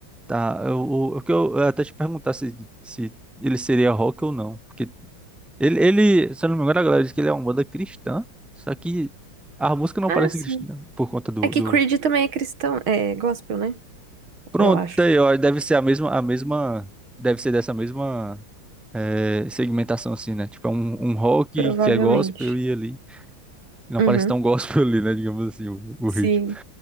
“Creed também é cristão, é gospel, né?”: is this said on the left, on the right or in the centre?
Right